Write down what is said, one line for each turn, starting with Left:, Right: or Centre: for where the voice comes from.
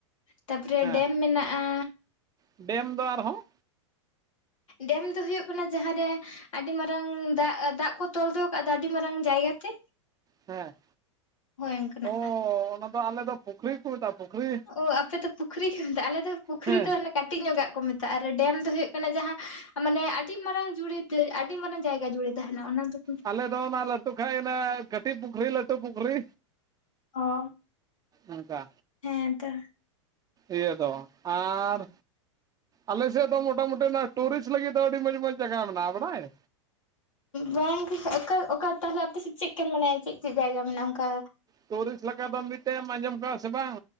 Left: ᱛᱟᱯᱚᱨᱮ
Right: ᱦᱮᱸ
Left: ᱰᱮᱢ ᱢᱮᱱᱟᱜ-ᱟ
Right: ᱰᱮᱢ ᱫᱚ ᱟᱨᱦᱚᱸ?
Left: ᱰᱮᱢ ᱫᱚ ᱦᱩᱭᱩᱜ ᱠᱟᱱᱟ ᱡᱟᱦᱟᱸᱨᱮ ᱟᱹᱰᱤ ᱢᱟᱨᱟᱝ ᱫᱟᱜ ᱫᱟᱜ ᱠᱚ ᱛᱚᱞ ᱫᱚᱦᱚ ᱠᱟᱜ -ᱫ ᱛᱚ ᱟᱹᱰᱤ ᱢᱟᱨᱟᱝ ᱡᱟᱭᱜᱟᱛᱮ
Right: ᱦᱮᱸ
Left: ᱚᱱᱠᱟᱱᱟᱜ
Right: ᱚ ᱚᱱᱟ ᱫᱚ ᱟᱞᱮ ᱫᱚ ᱯᱩᱠᱷᱨᱤ ᱠᱚ ᱢᱮᱛᱟᱜ-ᱟ ᱯᱩᱠᱷᱨᱤ
Left: ᱚ ᱟᱯᱮ ᱫᱚ ᱯᱩᱠᱷᱨᱤ ᱠᱚ ᱢᱮᱛᱟᱜ-ᱟ ᱟᱞᱮ ᱫᱚ ᱯᱩᱠᱷᱨᱤ
Right: ᱦᱮᱸ
Left: ᱫᱚ ᱚᱱᱮ ᱠᱟᱹᱴᱤᱡ ᱧᱚᱜᱟᱜ ᱠᱚ ᱢᱮᱛᱟᱜ-ᱟ ᱟᱨ ᱰᱮᱢ ᱫᱚ ᱦᱩᱭᱩᱜ ᱠᱟᱱᱟ ᱡᱟᱦᱟᱸ ᱢᱟᱱᱮ ᱟᱹᱰᱤ ᱢᱟᱨᱟᱝ ᱡᱩᱲᱮ ᱛᱮ ᱟᱹᱰᱤ ᱢᱟᱨᱟᱝ ᱡᱟᱭᱜᱟ ᱡᱩᱲᱮ ᱛᱟᱦᱮᱱᱟ ᱚᱱᱟ ᱫᱚ
Right: ᱟᱞᱮ ᱫᱚ ᱚᱱᱟ ᱞᱟᱹᱴᱩ ᱠᱷᱟᱡ ᱚᱱᱟ ᱠᱟᱹᱴᱤᱡ ᱯᱩᱠᱷᱨᱤ ᱞᱟᱹᱴᱩ ᱯᱩᱠᱷᱨᱤ
Left: ᱚ
Right: ᱚᱝᱠᱟ
Left: ᱦᱮᱸ ᱛᱚ
Right: ᱤᱭᱟᱹ ᱫᱚ ᱟᱨ ᱟᱞᱮ ᱥᱮᱫ ᱫᱚ ᱢᱚᱴᱟᱢᱩᱴᱤ ᱚᱱᱟ ᱴᱩᱨᱤᱥᱴ ᱞᱟᱹᱜᱤᱫ ᱫᱚ ᱟᱹᱰᱤ ᱢᱚᱸᱡᱽ ᱢᱚᱸᱡᱽ ᱡᱟᱜᱟ ᱢᱮᱱᱟᱜ-ᱟ ᱵᱟᱲᱟᱭ
Left: ᱵᱟᱝᱜᱮ ᱟᱠᱟ ᱚᱠᱟ ᱛᱟᱦᱚᱞᱮ ᱟᱯᱮ ᱥᱮᱫ ᱪᱮᱫ ᱠᱚ ᱢᱟᱱᱮ ᱪᱮᱫ ᱪᱮᱫ ᱡᱟᱭᱜᱟ ᱢᱮᱱᱟᱜ-ᱟ ᱚᱝᱠᱟ
Right: ᱴᱩᱨᱤᱥᱴ ᱞᱮᱠᱟ ᱫᱚ ᱢᱤᱫᱴᱮᱡ ᱮᱢ ᱟᱸᱡᱚᱢ ᱠᱟᱜ-ᱟ ᱥᱮ ᱵᱟᱝ